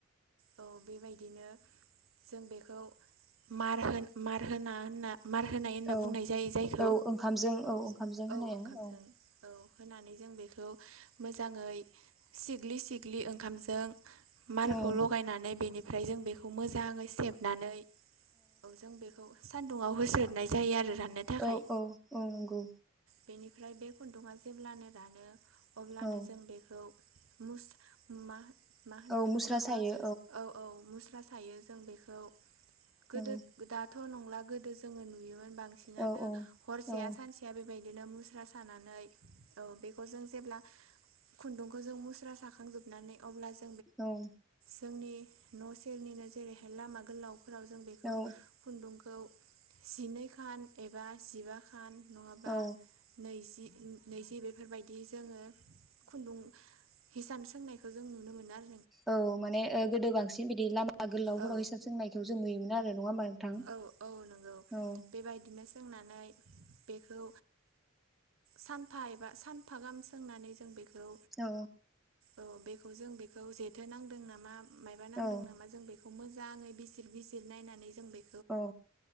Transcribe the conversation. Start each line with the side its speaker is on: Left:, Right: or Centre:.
Right: औ बेबायदिनो जों बेखौ मार होना होनना मार होनाय होनना
Centre: औ
Right: बुंनाय जायो जायखौ
Centre: औ ओंखामजों
Right: औ
Centre: ओंखामजों होनाया
Right: औ ओंखामजों
Centre: औ
Right: औ होनानै जों बेखौ मोजाङै सिग्लि सिग्लि ओंखामजों मारखौ
Centre: औ
Right: लगायनानै बेनिफ्राय जों बेखौ मोजाङै सेबनानै औ जों बेखौ सान्दुुङाव होस्रोदनाय जायो आरो राननो थाखाय
Centre: औ औ औ नोंगौ
Right: बेनिफ्राय बे खुन्दुंआ जेब्लानो रानो अब्लानो
Centre: औ
Right: जों बेखौ मुस मा मा होनो
Centre: औ
Right: बेखौ
Centre: मुस्रा
Right: नोंथां
Centre: सायो
Right: औ औ मुस्रा सायो जों बेखौ गोदो
Centre: औ
Right: दाथ' नंला गोदो जोङो नुयोमोन बांसिनानो
Centre: औ
Right: हरसेाया
Centre: औ
Right: सानसेया बे बायदिनो मुस्रा सानानै औ बेखौ जों जेब्ला खुन्दुंखौ जों मुस्रा साखांजोबनानै अब्ला जो
Centre: औ
Right: जोंनि न' सेरनिनो जेरैहाय लामा गोलावफोराव जों बेखौ
Centre: औ
Right: खुन्दुं खौ जिनै खान एबा जिबा खान नङाबा
Centre: औ
Right: नैजि नैजि बेफोरबायदि जोङो खुन्दुं हिसान सोंनायखौ जों नुनो मोनो आर
Centre: औ माने ओ गोदो बांसिन बिदि लामा गोलावफोराव
Right: औ
Centre: हिसान सोंनायखौ जों नुयोमोन आरो नङा होमबा नोंथां
Right: औ औ नंगौ
Centre: औ
Right: बेबायदिनो सोंनानै बेखौ सानफा एबा सानफा गाहाम सोंनानै जों बेखौ
Centre: औ
Right: औ बेखौ जों बेखौ जेथो नांदों नामा मायबा नांदों
Centre: औ
Right: नामा जों बे खौ मोजाङै बिजिर बिजिर नायनानै जों बे
Centre: औ